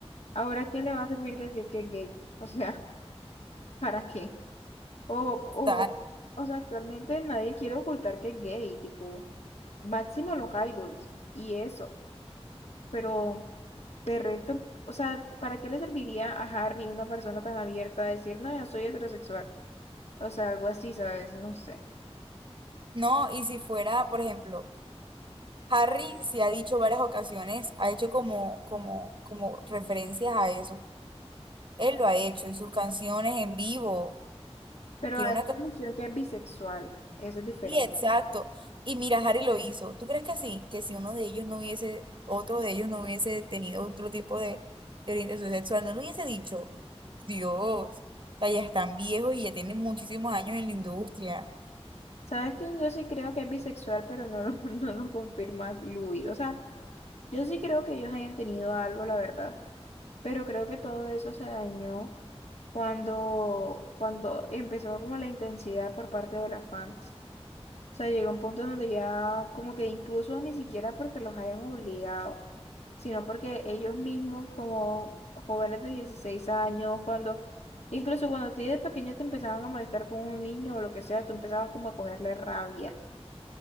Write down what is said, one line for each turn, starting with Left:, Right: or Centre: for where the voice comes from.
Left: ahora quién le va a servir decir que es gay, o sea, <laughs> ¿para qué? O, o,
Right: está
Left: o sea, actualmente nadie quiere ocultar que es gay, tipo, máximo los idols y eso, pero de resto, o sea, ¿para qué le serviría a Harry, una persona tan abierta, a decir, no, yo soy heterosexual? O sea, algo así, ¿sabes? No sé.
Right: No, y si fuera, por ejemplo, Harry sí ha dicho varias ocasiones, ha hecho como, como, como referencias a eso. Él lo ha hecho en sus canciones en vivo.
Left: Pero
Right: Tiene
Left: ha
Right: una
Left: hecho mención que es bisexual, eso es diferente.
Right: Sí, exacto. Y mira, Harry lo hizo. ¿Tú crees que sí? Que si uno de ellos no hubiese, otro de ellos no hubiese tenido otro tipo de, de orientación sexual, no lo hubiese dicho. Dios, o sea, ya están viejos y ya tienen muchísimos años en la industria.
Left: Sabes que yo sí creo que es bisexual, pero no lo, <laughs> no lo confirma Louis. O sea, yo sí creo que ellos hayan tenido algo, la verdad, pero creo que todo eso se dañó cuando, cuando empezó como la intensidad por parte de las fans. O sea, llegó un punto donde ya como que incluso ni siquiera porque los hayan obligado, sino porque ellos mismos como jóvenes de 16 años, cuando, incluso cuando a ti de pequeño te empezaban a molestar con un niño o lo que sea, tú empezabas como a cogerle rabia